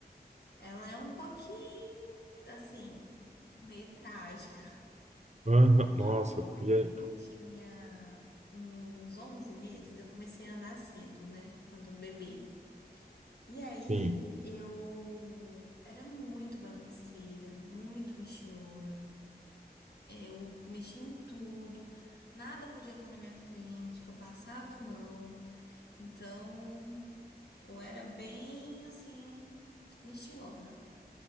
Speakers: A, on the left; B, on the right.
A: Ela é um pouquinho, assim, meio trágica.
B: Ah,
A: Quando
B: nossa, e aí?
A: eu tinha uns 11 meses, eu comecei a andar cedo, né? Quando bebê. E aí,
B: Sim.
A: eu era muito bagunceira, muito mexilona. Eu mexia em tudo, nada podia estar na minha frente, que eu passava a mão. Então, eu era bem assim, mexilona.